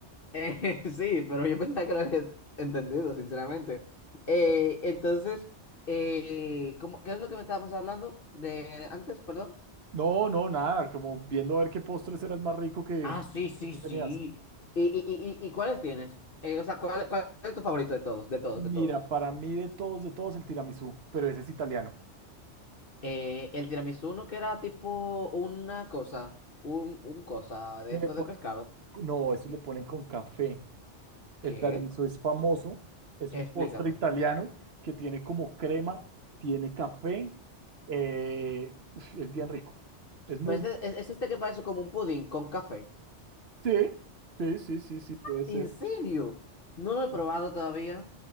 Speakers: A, on the left; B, on the right.
A: Eh, <laughs> sí, pero yo pensaba que lo habías entendido, sinceramente. Eh, entonces, eh, ¿cómo- qué es lo que me estábamos hablando de antes? Perdón.
B: No, no, nada, como viendo a ver qué postres era el más rico que,
A: Ah, sí, sí,
B: que tú
A: sí.
B: tenías.
A: ¿Y, y, y, y y cuáles tienes? Eh, o sea, ¿cuál, cuál es tu favorito de todos? De todos,
B: Mira,
A: de todos.
B: para mí de todos, de todos el tiramisú, pero ese es italiano.
A: Eh, el tiramisú no que era tipo una cosa, un, un cosa de
B: ¿Qué
A: esto
B: le ponen?
A: de pescado.
B: No, eso le ponen con café. El
A: ¿Qué?
B: tiramisú es famoso, es un
A: Explícame.
B: postre italiano que tiene como crema, tiene café, eh, uf, es bien rico. Es muy...
A: Pues es, es este que parece como un pudín con café.
B: Sí, sí, sí, sí, sí, puede ser.
A: ¿En serio? No lo he probado
B: Ujú.
A: todavía.